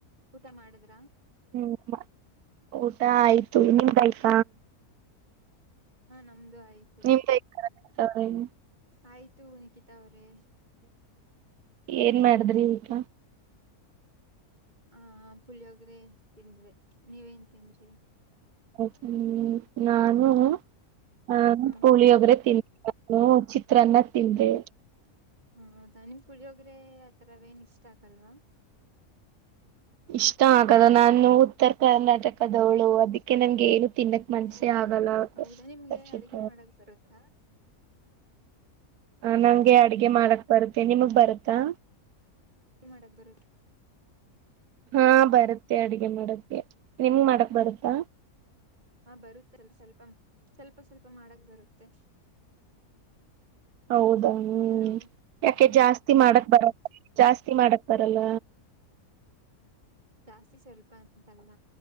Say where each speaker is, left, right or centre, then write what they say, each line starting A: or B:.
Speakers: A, on the right; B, on the right.
A: ಊಟ ಮಾಡಿದ್ರ
B: ಹ್ಮ್ ಊಟ ಆಯ್ತು ನಿಮ್ದಯ್ತ
A: ಹಾ ನಮ್ದು ಆಯ್ತು
B: <unintelligible>
A: ಆಯ್ತು ನಿಕಿತ ಅವ್ರೇ
B: ಏನ್ ಮಾಡಿದ್ರಿ
A: ಹ್ಮ್
B: ಊಟ
A: ಹ ಪುಳಿಯೋಗ್ರೆ ತಿಂದ್ವಿ ನೀವೇನ್ ತಿಂದ್ರಿ
B: ಹ್ಮ ನಾನು ಆ
A: ಹ್ಮ್ ಹ
B: ಪುಳಿಯೋಗರೆ ತಿಂದಿ ಚಿತ್ರಾನ್ನ ತಿಂದೆ
A: ಹ ಹೌದಾ ನಿಮ್ ಪುಳಿಯೋಗ್ರೆ ಆತರವೇನ್ ಇಷ್ಟ ಆಗಲ್ವಾ
B: ಇಷ್ಟ ಆಗಲ್ಲ ನಾನು ಉತ್ತರ ಕರ್ನಾಟಕದವಳು ಅದಕ್ಕೆ ನನ್ಗೆ ಏನು ತಿನ್ನಕ್ ಮನ್ಸಿ
A: ಓ
B: ಆಗಲ್ಲ
A: ಹೌದಾ ನಿಮ್ಗೆ
B: ರಕ್ಷಿತ
A: ಅಡಿಗೆ ಮಾಡಕ್ ಬರುತ್ತಾ
B: ನಂಗೆ ಅಡ್ಗೆ ಮಾಡಕ್ ಬರುತ್ತೆ ನಿಮಗ್ ಬರುತ್ತಾ
A: ಮಾಡಾಕ್ ಬರುತ್ತೆ
B: ಹಾ ಬರುತ್ತೆ ಅಡಗೆ ಮಾಡಕ್ಕೆ ನಿಮ್ಗೆ ಮಾಡಕ್ ಬರುತ್ತಾ
A: ಹಾ ಬರುತ್ತೆ ಸ್ವಲ್ಪ ಸ್ವಲ್ಪ ಸ್ವಲ್ಪ ಮಾಡಕ್ ಬರುತ್ತೆ
B: ಹೌದಾ ಹ್ಮ್
A: ಹಲೋ
B: ಯಾಕೆ
A: ಹ
B: ಜಾಸ್ತಿ ಮಾಡಕ್ ಬರಲ್ವ ಜಾಸ್ತಿ ಮಾಡಕ್ ಬರಲ್ಲ
A: ಜಾಸ್ತಿ ಸ್ವಲ್ಪ ಅಂತಲ್ಲ